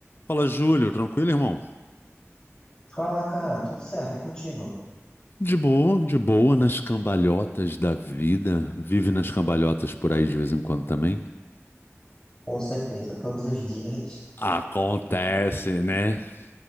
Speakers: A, on the left; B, on the left.
A: Fala, Júlio, tranquilo, irmão?
B: Fala, cara, tudo certo? E contigo?
A: De boa, de boa, nas cambalhotas da vida. Vive nas cambalhotas por aí de vez em quando também.
B: Com certeza, todos os dias
A: Acontece, né? O